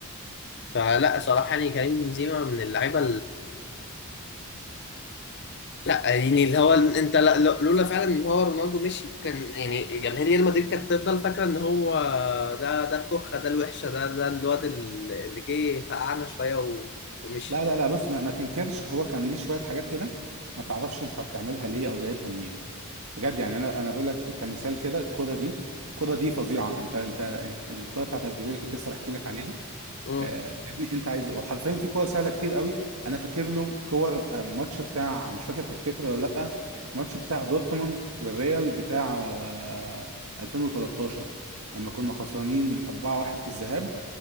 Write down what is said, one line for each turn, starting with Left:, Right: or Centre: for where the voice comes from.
Left: فلا صراحه يعني كريم بنزيما من اللعيبه لا يعني اللي هو انت لا لا- لولا فعلا ان هو رونالدو مشي كان يعني جماهير ريال مدريد كانت هتفضل فاكره ان هو ده ده الكخه ده الوحشه ده ده الواد اللي جه فقعنا شويه و- ومشي
Right: لا لا لا بص ما, ما تنكرش هو كان ليه شوية حاجات كده ما تعرفش انت بتعملها ليه او جايبها منين بجد يعني انا انا بقول لك كمثال كده الكرة دي الكرة دي فظيعة انت انت انت- الكرة بتاعت اشبيليه اللي كنت لسه بحكي لك عليها
Left: امم
Right: آه، يا ابني انت عايز ايه وحرفيا في كور سهله كتير قوي انا فاكر له كور آه، ماتش بتاع مش فاكر تفتكره ولا لا ماتش بتاع دورتموند والريال بتاع آه، 2013 لما كنا خسرانين 4-1 في الذهاب